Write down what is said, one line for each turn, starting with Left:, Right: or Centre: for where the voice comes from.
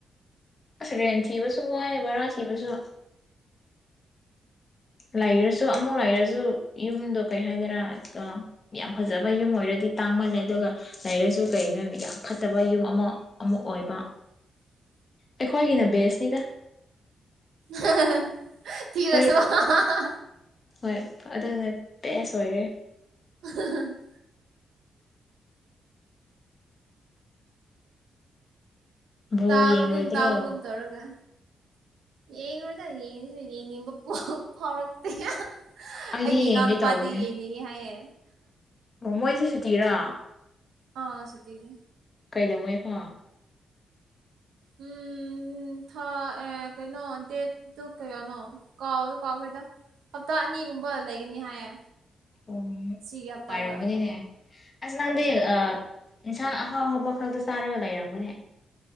Left: ꯑꯁ ꯔꯦꯟ ꯊꯤꯕꯁꯨ ꯋꯥꯏꯑꯦ ꯕꯔꯥ ꯊꯤꯕꯁꯨ ꯂꯩꯔꯁꯨ ꯑꯃꯨꯛ ꯂꯩꯔꯁꯨ ꯌꯨꯝꯗꯣ ꯀꯩ ꯍꯥꯏꯒꯦꯔꯥ ꯑ ꯌꯥꯝ ꯐꯖꯕ ꯌꯨꯝ ꯑꯣꯏꯔꯗꯤ ꯇꯥꯡꯃꯜꯂꯦ ꯑꯗꯨꯒ ꯂꯩꯔꯁꯨ ꯀꯩꯅꯣꯗ ꯍꯥꯏ ꯌꯥꯝ ꯐꯠꯇꯕ ꯌꯨꯝ ꯑꯃ ꯑꯃꯨꯛ ꯑꯣꯏꯕ
Right: <inaudible>
Left: ꯑꯩꯈꯣꯏꯒꯤꯅ ꯕꯦꯁꯅꯤꯗ
Right: ꯍ ꯍ ꯍ ꯍ ꯊꯤꯔꯁꯨ
Left: ꯑꯩꯈꯣꯏ
Right: ꯋꯥ ꯍꯥ ꯍꯥ ꯍꯥ
Left: ꯍꯣꯏ ꯑꯗꯨꯅ ꯕꯦꯁ ꯑꯣꯏꯔꯦ
Right: ꯍ <unintelligible>
Left: ꯕꯣꯜ
Right: ꯇꯥꯕꯒꯨꯝ
Left: ꯌꯦꯡꯔꯣꯏꯗ꯭ꯔꯣ
Right: ꯇꯥꯕꯒꯨꯞ ꯇꯧꯔꯒ ꯌꯦꯡꯉꯔꯣꯏꯗ ꯌꯦꯡꯉꯁꯨ ꯌꯦꯡꯅꯤꯡꯕ ꯄꯣꯛ ꯐꯥꯎꯔꯛꯇꯦ ꯍꯥ ꯍ
Left: ꯑꯩꯗꯤ
Right: ꯑꯩꯒꯤ ꯏꯅꯥꯎ
Left: ꯌꯦꯡꯒꯦ
Right: ꯅꯨꯄꯥꯗꯤ
Left: ꯇꯧꯕꯅꯦ
Right: ꯌꯦꯡꯅꯤꯡꯉꯦ ꯍꯥꯏꯌꯦ
Left: ꯃꯣꯏꯁꯨꯦ ꯁꯨꯇꯤꯔꯥ
Right: ꯑ ꯁꯨꯇꯤꯅꯤ
Left: ꯀꯩꯗꯧꯉꯩ ꯐꯥꯎ
Right: ꯎꯝ ꯎꯝ ꯊꯥ ꯑꯦ ꯀꯩꯅꯣ ꯗꯦꯠꯇꯨ ꯀꯌꯥꯅꯣ ꯀꯥꯎꯗꯣ ꯀꯥꯎꯈ꯭ꯔꯦꯗ ꯍꯞꯇꯥ ꯑꯅꯤꯒꯨꯝꯕ ꯂꯩꯒꯅꯤ ꯍꯥꯏꯌꯦ
Left: ꯎꯝ ꯅꯨꯡꯉꯥꯏꯔꯝꯒꯅꯤꯅꯦ
Right: ꯁꯤꯒꯤ ꯍꯞꯇꯥꯒ
Left: ꯑꯁ ꯅꯪꯗꯤ ꯑ ꯏꯟꯁꯥꯡ ꯑꯍꯥꯎ ꯍꯥꯎꯕ ꯈꯛꯇ ꯆꯥꯔꯒ ꯂꯩꯔꯝꯒꯅꯦ